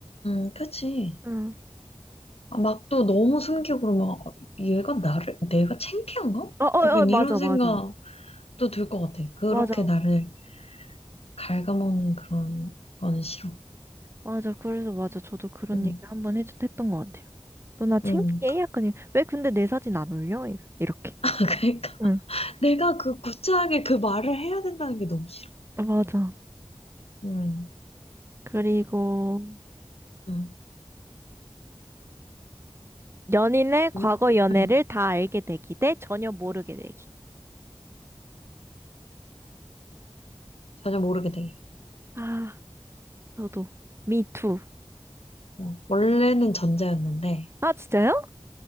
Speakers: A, on the left; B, on the right.
A: 응, 그치.
B: 응.
A: 막 또 너무 숨기고 그러면 아, 얘가 나를 내가 창피한가?
B: 어, 어,
A: 약간
B: 어, 맞아,
A: 이런 생각도
B: 맞아.
A: 들 것 같아. 그렇게
B: 맞아.
A: 나를 갉아먹는 그런 거는 싫어.
B: 맞아. 그래서 맞아. 저도 그런
A: 응,
B: 얘기 한번 해줬, 했던 것 같아요. 너 나 창피해?
A: 응.
B: 약간, 이- 왜 근데 내 사진 안 올려? 이- 이렇게.
A: <laughs> 그러니까
B: 응.
A: 내가 그 구차하게 그 말을 해야 된다는 게 너무 싫어.
B: 맞아.
A: 응,
B: 그리고,
A: 응,
B: 연인의 과거
A: 응.
B: 연애를
A: 응.
B: 다 알게 되기 대 전혀 모르게 되기.
A: 전혀 모르게 돼.
B: 아, 저도. 미투.
A: 어, 원래는 전자였는데,
B: 아, 진짜요?